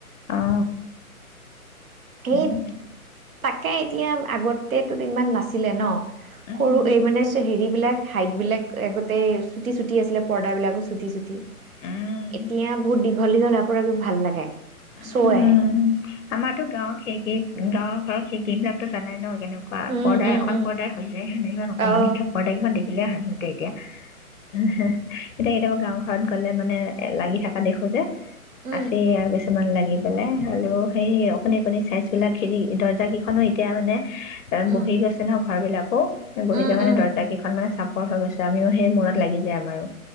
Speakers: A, on the left (about 60°); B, on the right (about 70°).
A: অ
B: সেই
A: উম
B: তাকে এতিয়া আগতেতো ইমান নাছিলে ন
A: উম
B: সৰু এই মানে চেহৰি হেৰিবিলাক হাইট বিলাক আগতে চুটি চুটি আছিলে পৰ্দা বিলাকো চুটি চুটি
A: উম
B: এতিয়া বহুত দীঘল দীঘল ভাল লাগে।
A: উম,
B: শ্ব'' আহে
A: আমাৰতো গাঁৱত সেইক গাঁৱৰ ঘৰত সেইকেইদিনত জানাই ন তেনেকুৱা
B: উম
A: পৰ্দা
B: উম
A: এখন
B: উম
A: পৰ্দায় হৈ যায় হয় নাই ইমান অকণমানিকে
B: অ
A: পৰ্দা কিখন দেখি ভাবিলে হাঁহি উঠে এতিয়া হিহি এতিয়া কেতিয়াবা গাঁও ঘৰত গ'লে মানে এ লাগি থকা দেখো যে
B: উম
A: আছে আৰু বেছি ভাল লাগিছিলে হ'লেও সেই অকণি অকণি চাইজ বিলাক হেৰি দৰ্জা কিখনো এতিয়া মানে
B: উম
A: বহি গৈছে নহ ঘৰবিলাকো এই বহি
B: উম
A: যোৱা
B: উম
A: কাৰনে দৰ্জা কিখন মানে চাপ চাপৰ হৈ গৈছে আমিও সেই মুৰত লাগি যায় আমাৰো